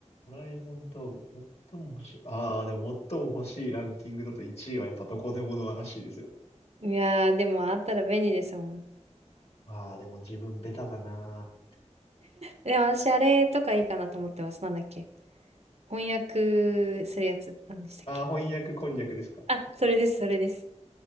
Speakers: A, on the left; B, on the right.
A: う。ドラえもん道具。最も欲しい。ああ、でも最も欲しいランキングだと1位はやっぱどこでもドアらしいですよ。
B: <laughs> いやー、でもあったら便利ですもん。
A: ああ、でも自分ベタだな。
B: でも私、あれとかいいかなと思ってます。なんだっけ。翻訳するやつ。なんでしたっけ。
A: ああ、翻訳こんにゃくですか。
B: あ、それです、それです。